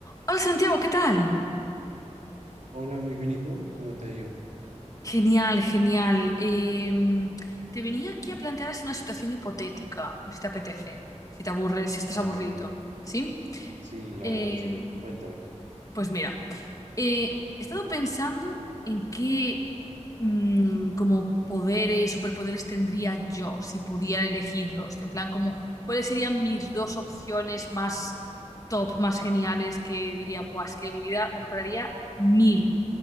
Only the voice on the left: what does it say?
Hola Santiago, ¿qué tal?
Genial, genial. Em, te venía aquí a plantear así una situación hipotética, no sé si te apetece, si te aburres, si estás
aburrido,
¿sí?
Em,
pues mira, eh, he estado pensando en qué mm, como poderes, superpoderes tendría yo si pudiera elegirlos. En plan, como cuáles serían mis dos opciones más top, más geniales que diría, buah, es que mi vida mejoraría mil.